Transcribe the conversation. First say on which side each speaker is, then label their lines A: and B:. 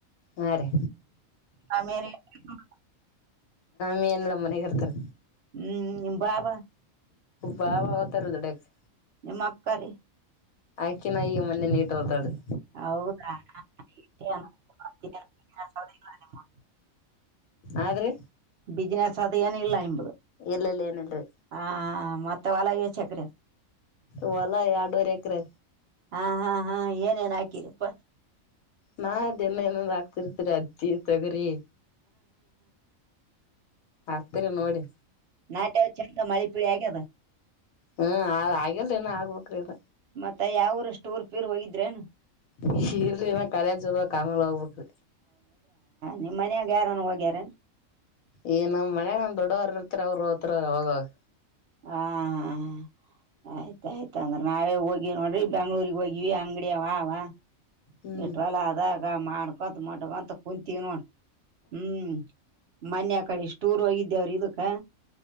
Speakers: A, on the left; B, on the right.
A: ಹಾ ರೀ
B: ಅಮೇಲಿ <unintelligible>
A: ಮೇನ್ಲ ಮನೆಗಿರ್ತಾರ.
B: ಹ್ಮ್ ನಿಮ್ ಭಾವ?
A: ಭಾವ ಹೋತಾರೆ ದುಡಿಯಕ್ಕೆ.
B: ನಿಮಕ್ಕರಿ
A: ಆಕಿನ ಈಗ ಮೊನ್ನೆ ಲೇಟ್ ಅದಾಳ ತಗಳ್ರಿ.
B: ಹೌದಾ <unintelligible>
A: ಆದ್ರೆ
B: ಬಿಸಿನೆಸ್ ಅದ ಏನ ಇಲ್ಲ ನಿಂಬುದು
A: ಇಲ್ಲಲ್ಲಿ ಏನಲ್ರಿ
B: ಆ ಮತ್ತೆ ಹೊಲ ಏಷ್ಟೆಕರೆ?
A: ಹೊಲ ಎರಡುವರ್ ಎಕರೆ.
B: ಹಾ ಹಾ ಹಾ ಏನೇನ್ ಹಾಕಿರಪ್ಪ?
A: ಮಾ್ ಎಮ್ಮೆ ಎಮ್ಮದ ಆಗ್ತಿರ್ತರಿ ಅತ್ತಿ ತಗರಿಿ ಹಾಕ್ತಿರಿ ನೋಡಿ
B: ನಾಟೆ ಚಂತ ಮಳೆ ಪೀಳ ಆಗ್ಯದ
A: ಹ್ಮ ಆಗ್ ಆಗಿಲ್ರಿ ಇನ ಆಗ್ಬೇಕ್ರಿ ಈಗ.
B: ಮತ್ತ ಯಾವರು ಟೂರ್ ಗೀರ್ ಹೋಗಿದ್ರೇನು?
A: <unintelligible> ಕಾಲೇಜ ಹೋಗ ಆಮೇಲ್ ಹೋಗ್ಬೇಕು.
B: ನಿಮ್ಮ್ ಮನ್ಯಾಗ ಯಾರನ್ ಹೋಗ್ಯಾರ?
A: ಈ ನಮ್ ಮನೆಲ್ ನಮ್ ದೊಡ್ಡವರು ಇರ್ತರ ಅವರು ಹೋತಾರ್ ಅವಾಗಾವಾಗ.
B: ಹಾ ಹಾ ಆಯ್ತಾಯ್ತು ಹಂಗರೆ ನಾಳೆ ಹೋಗಿ ನೋಡ್ರಿ ಬೆಂಗ್ಳೂರಿಗೆ ಹೋಗಿ ಅಂಗಡಿಯ ಅವ ಅವ
A: ಹ್ಮ್
B: ಇಟ್ವಲ ಅದಗ ಮಾಡ್ಕೊತ ಮ ಶಿವ ಅಂತ ಕುತ್ತಿನುವ. ಹ್ಮ್ ಮನ್ೆಯ ಕಡೆ ಇಷ್ಟೂರ್ ಹೋಗಿದ್ದೇವ್ರ ಇದಕ್ಕ